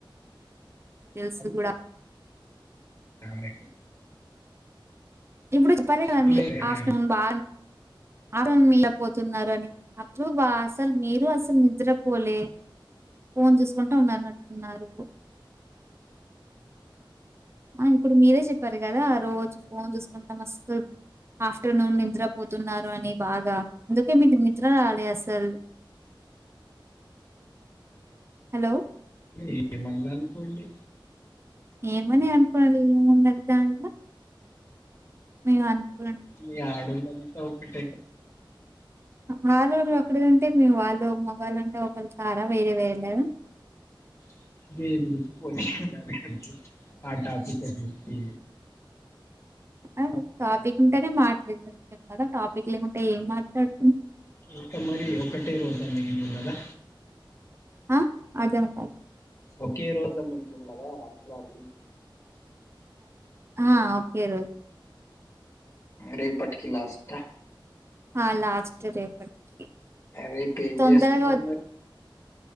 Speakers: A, on the right; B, on the left.
A: తెలుసు కూడా
B: ఆమె
A: ఇప్పుడు పర్లే కదా
B: ఆమె అని
A: ఆఫ్టర్నూన్
B: అంట
A: బా ఆఫ్టర్నూన్ పోతున్నారు అని అప్పుడు వా అసలు మీరు అసలు నిద్రపోలే ఫోన్ చేూసుకుంటూ ఉన్ననట్టున్నారు ఆ ఇప్పుడు మీరే చెప్పారు కదా రోజు ఫోన్ చూసు ఇంత మస్తుత్ ఆఫ్టర్నూన్ నిద్ర పోతున్నారు అని బాగా అందుకే మీకు నిద్ర రాలే అసలు హలో!
B: మీరేమన్నా అనుకోండి
A: ఏమని అనుకోనాలి ఏముండది దానిలో మేం అనుకున్నట్టు
B: మీ ఆడోళ్ళంతా ఒకటే
A: రాలేదు అక్కడే ఉన్ అంటే మీ వాళ్ళు మోగళ్లంటే ఒకళ్ళకి కారా వేరే వేరె లేరా
B: <unintelligible> ఆ టాపిక్ ఏమైంది ఈ
A: ఆ టాపిక్ ఉంటేనే మాట్లు <unintelligible> కదా టాపిక్ లేకుంటే ఏం మాట్లాడ్
B: ఇంకా మరి ఒకటే రోజాన్నగిరి ఉన్నదా?
A: ఆ అదేమో కళ్ళు
B: ఒకే రోజ మిగిలున్నదా రంజాన్ ది
A: ఆ ఓకే రో
B: రేపటికి లాస్ట్ ఆ
A: ఆ లాస్ట్ రేపటికి.
B: రేపు ఏం
A: తొందరగా
B: చేస్తున్నారు
A: వొ
B: మరి